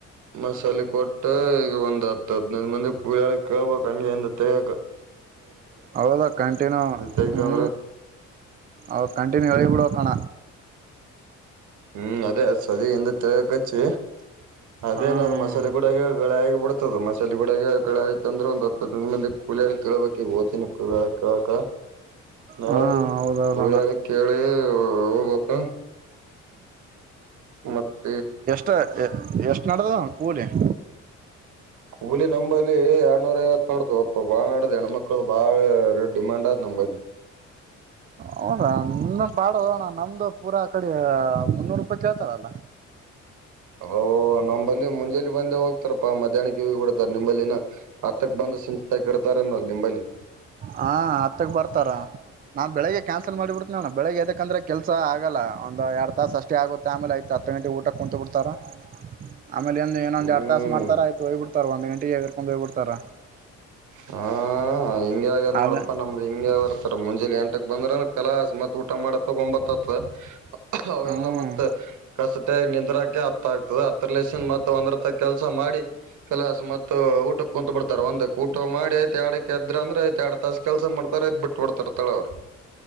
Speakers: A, on the right; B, on the right.
A: ಮಸಾಲೆ ಕೊಟ್ಟ ಒಂದ್ ಹತ್ತು ಹದನೈದು ಮಂದಿ ಕೂಲಿಹಾಳು ಕೇಳಬೇಕ್ ಹಂಗೆ ಇಂದ ತಗ್ಯಕ
B: ಹೌದಾ ಕಂಟಿನ್ಯೂ
A: ತೆಗ್ದ
B: ಹ್ಞೂ
A: ಅಂದ್ರ
B: ಹೌದು ಕಂಟಿನ್ಯೂ ಹೇಳಿಬಿಡ್ಬೇಕಣ
A: ಹ್ಮ್ ಅದೇ ಸದಿ ಹಿಂದೆ ತಗ್ಯಕ ಹಚಿ ಅದೇ
B: ಹಾ
A: ನದು ಮಸಾಲೆ ಕೂಡಾಗ ಗಳೆ ಆಗಿ ಬಿಡ್ತದ ಮಸಾಲೆ ಕೂಡ ಮಳಡೆ ಆಯ್ತಂದ್ರೆ ಒಂದ ಹತ್ತು ಹದಿನೈದು ಮಂದಿ ಕೂಲಿಯರು ಕೇಳ್ಬೇಕ್ ಈಗ ಓತೀನಿ ಕೂಲಿಹಾಳು ಕೇಳಳ್ಕ್ ನವಾಜ
B: ಹಾ ಹೌದೌದಣ್ಣ
A: ಕೂಲಿಗಳ ಕೇಳಿ ಹೋಬೇಕ ಮತ್ತ
B: ಎಷ್ಟು ನಡದ ಕೂಲಿ <inaudible>
A: ಕೂಲಿ ನಂಬಲ್ಲಿ ಲ್ಲಿ ಎರಡ್ನೂರ ಐವತ್ತು ನೋಡ್ದು ಒಪ್ಪ ಬಾಳ್ ನಾಡ್ದ್ ಹೆಣ್ಮಕ್ಳ ಬಾಳ ಡಿಮಾಂಡ್ ಆದ್ ನಂಬಲ್ಲಿ
B: ಹೌದಾ ನನ್ನ ಪಾಡ ಹೋಣ ನಮ್ದು ಪೂರಾ ಕಡೆ ಮುನ್ನೂರು ರೂಪಾಯಿ ಚೇಳ್ತಾರಲ್ಲ
A: ಅ ನಂಬಲ್ಲಿ ಮುಂಜೇಲಿ ಬಂದ ಹೋಗ್ ರಪ ಮಧ್ಯಾಹ್ಕ್ಕೆ ಹೋಗ್ ಬಿಡ್ ಹತ್ತಕ್ ಬಂದ ಸಂಜಿತಕ ಇರ್ತಾರಲ್ಲ ನಿಂಬಲ್ಲಿ
B: ಹಾಂ ಹತ್ತಕ್ಕೆ ಬರ್ತಾರ ನಾನು ಬೆಳಿಗ್ಗೆ ಕ್ಯಾನ್ಸಲ್ ಮಾಡಿಬಿಡ್ತೀನೋಣ ಬೆಳಗ್ಗೆ ಎದಕ್ಕೆಂದ್ರೆ ಕೆಲಸ ಆಗೋಲ್ಲ ಒಂದು ಎರಡು ತಾಸು ಅಷ್ಟೇ ಆಗುತ್ತೆ ಆಮೇಲೆ ಐತು ಹತ್ತು ಗಂಟೆ ಊಟಕ್ಕೆ ಕುೂಂತು ಬಿಿಡ್ತಾರ ಆಮೇ ಏನನ ಇನೊಂದು
A: ಹ್ಮ್
B: ಎಡು ತಾಸ ಮಾಡ್ತಾರ ಆಯ್ತು ಹೋಗ ಬಿಡ್ತಾರೆ ಒಂದ ಗಂಟೆ ಗಕೊಂಡ ಹೋಗ್ಬಿಡ್ತಾರಾ
A: ಹಾ ಹಂಗಗೆ ಆಗದ
B: ಅದೇ
A: ನೋಡಪ್ಪ ನಮ್ದ್ ಹಿಂಗ ಬರ್ತರ ಮುಂಜೆ ಎಂಟಕ್ ಬಂದ್ರ ಕಲಾಸ ಮತ್ ಊಟ ಮಾಡಕ ಒಂಬತ್ತು ಅತದ ಅವೆಲ್ಲ
B: ಹ್ಮ್
A: ಮತ್ತ್ ಕಸತೆ ನಿದ್ರಾಕ ಹ ಆಗ್ತದೆ ಹತ್ರಲ ಮತ್ತ ಒಂದರತ್ರ ಕೆಲಸ ಮಾಡಿ ಕಲಾಸ್ ಮ ಊಟಕ್ಕೆ ಕುೂತ್ ಬಿಡ್ತಾರೆ ಒಂದಕ್ ಊಟ ಮಾಡಿ ಆಯ್ತ ಎಡಕ ಎದ್ರ ಅಂದ್ರ ಆಯ್ತ ಎರಡ್ ತಾಸ ಕೆಲ್ಸ ಮಾಡತಾರ ಆಯ್ತ್ ಬಿಟ್ಟ ಕೊಡ್ತಾರ ತಳ ಅವ್ರು